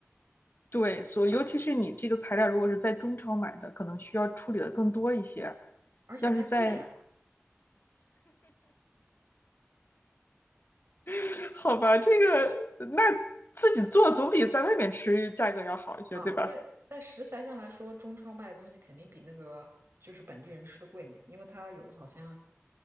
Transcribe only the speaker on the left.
对，所尤其是你这个材料如果是在中超买的，可能需要处理的更多一些。
要是在，<laughs> 好吧，这个那自己做总比在外面吃价格要好一些，
对吧？